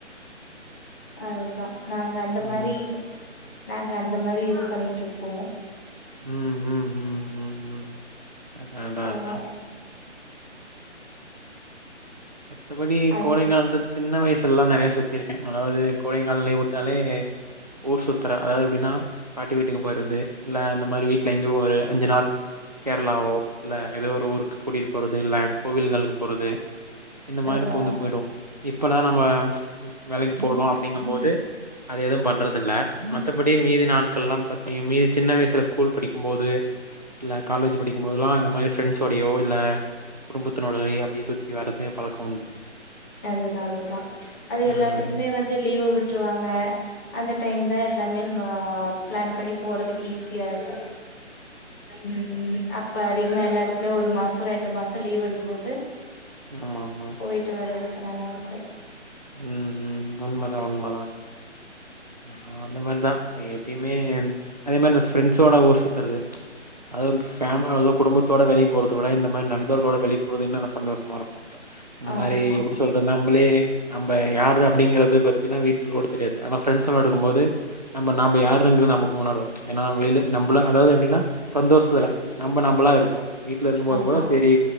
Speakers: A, on the left; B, on the right.
A: அதுதா நாங்க அந்த
B: ம்.
A: மாரி நாங்க அந்த மாரி இது பண்ணிட்டு இருப்போ
B: ம் ம் ம் ம் ம் அதான், அதான்,
A: போவோ
B: அதான். மத்த படி
A: அது
B: கோடை காலத்து சின்ன வயசுலல்லா நெறையா சுத்திருக்கே அதாவது கோடை கால லிவ் விட்டாலே ஊர் சுத்துர அதாவது எப்டின்னா பாட்டி வீட்டுக்கு போருது இல்ல அந்த மாதிரி வீட்டுல எங்கேயோ ஒரு அஞ்சு நாள் கேரளாவோ இல்ல ஏதோ ஒரு ஊருக்கு கூட்டிட்டு போறது இல்ல கோவில்களுக்கு போறது இந்த மாரி
A: அதா
B: பூந்து போய்டுவோ இப்பதா நம்ம ச் வேலைக்கு போறோ அப்டிங்கு போது அது எதுவு பண்றது இல்ல மத்தபடி மீதி நாட்கள்லா பாத்தீங்க மீதி சின்ன வயசுல ஸ்கூல் படிக்கு போது இல்ல காலேஜ் படிக்கும்போதுலா இந்த மாரி ஃப்ரண்ஸ்யோடையோ இல்ல குடும்பத்தினோடயே அப்டியே சுத்தி வரதே பழக்கோ உண்டு
A: அதுதா அதுதா அது
B: ம்
A: எல்லாத்துக்குமே வந்து லீவு விட்ருவாங்க அந்த டைம் தா எல்லாமே நம்ம பிளான் பண்ணி போறதுக்கு ஈஸியா இருக்கு ம் அப்ப அதிகமா எல்லாருக்குமே ஒரு மாசோ ரெண்டு மாசோ லீவ் விடும்போது
B: ஆம்மாம்மா
A: போயிட்டு வரதுக்கு நல்லா இருக்கு
B: ம் ம் உண்மதா உண்மதா நா அந்த மாரிதா எப்பயுமே அதே மாரி இந்த ஃப்ரெண்ட்ஸோட ஊர் சுத்தறது ச் அது பேமா அதோ குடும்பத்தோட வெளிய போறத விட இந்த மார் நண்பர்களோட வெளிய போறது இன்னு என்ன சந்தோஷமா இருக்கு இந்த
A: ஆமா
B: மாரி எப்படி சொல்ற நம்பளே நம்ம யாரு அப்படிங்கறது பத்தினா வீட்டில கூட தெரியாது அனா ப்ரெண்ட்ஸ் எல்லா இருக்கும்போது நம்ம நாம்ப யாருங்கரது நமக்கு உணரு ஏன்னா வெளியில நம்மள அதாவது எப்படின்னா சந்தோஷத்துல நம்ம நம்மளா இருப்போ வீட்டுல இருக்கும்போது
A: ஆமா
B: கூட சரி